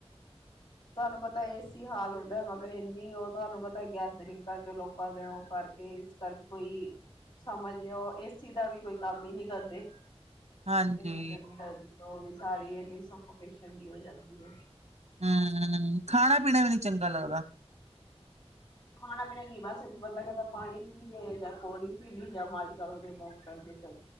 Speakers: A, on the left; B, on the right.
A: ਤੁਹਾਨੂੰ ਪਤਾ ਏਸੀ ਹਾਲ ਹੁੰਦਾ ਮਗਰ ਇੰਨੀ ਉਹ ਤੁਹਾਨੂੰ ਪਤਾ ਗੈਦਰਿੰਗ ਕਰਕੇ ਲੋਕਾਂ ਦੇ ਉਹ ਕਰ ਕਰਕੇ ਇਸ ਕਰਕੇ ਕੋਈ ਸਮਝਦੇਓ ਇਸ ਚੀਜ਼ ਦਾ ਵੀ ਕੋਈ ਕੰਮ ਹੀ ਨੀ ਕਰਦੇ
B: ਹਾਂਜੀ
A: ਇਨਿ ਗਰਮੀ ਲਗਦੀ ਉਹ ਵੀ ਸਾਰੀ ਇਨੀ ਸਫੋਕੇਸ਼ਨ ਜੀ ਹੋ ਜਾਂਦੀ ਹੈ
B: ਹਮ ਖਾਣਾ ਪੀਣਾ ਵੀ ਨਹੀਂੀ ਚੰਗਾ ਲੱਗਦਾ
A: ਖਾਣਾ ਪੀਣਾ ਕੀ ਬਸ ਬੰਦਾ ਕਹਦਾ ਪਾਣੀ ਪੀ ਜੇ ਜਾਂ ਕੋਲਡ ਡਰਿੰਕ ਪੀ ਲਈ ਜਾਂ ਮੌਜ ਕਰੋ ਮੋਕਟੇਲ ਦੀ ਚ